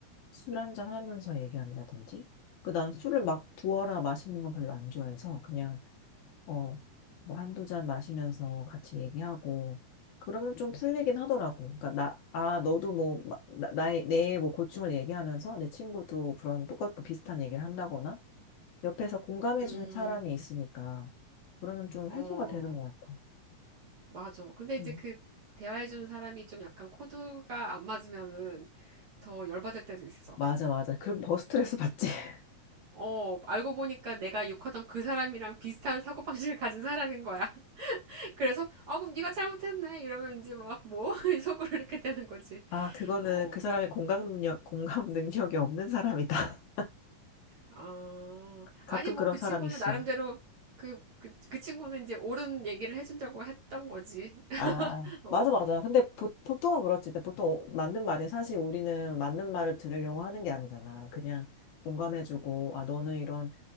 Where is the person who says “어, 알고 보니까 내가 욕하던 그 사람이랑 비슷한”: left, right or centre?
Right